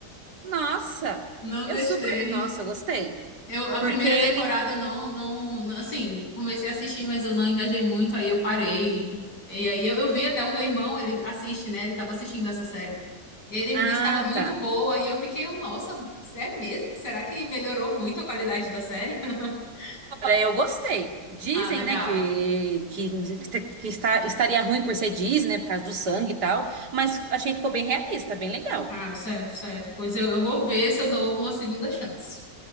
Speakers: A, on the right (about 70°); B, on the left (about 80°).
A: Nossa,
B: Não
A: eu
B: gostei.
A: super. Nossa, eu gostei.
B: Eu, a
A: Porque
B: primeira
A: ele.
B: temporada eu não, não, não- assim, comecei a assistir, mas eu não engajei muito, aí eu parei. E aí eu, eu vi até o meu irmão, ele assiste, né? Ele tava assistindo essa série. Ele me
A: Ah,
B: disse que estava muito
A: tá.
B: boa, e eu fiquei, nossa, é mesmo? Será que melhorou muito a qualidade da série? <laughs>
A: Cara, eu gostei. Dizem,
B: Ah, legal.
A: né, que, que, que está, estaria ruim por ser Disney, né, por causa do sangue e tal, mas achei que ficou bem realista, bem legal.
B: Ah, certo, certo. Pois eu, eu vou ver se eu dou uma segunda chance.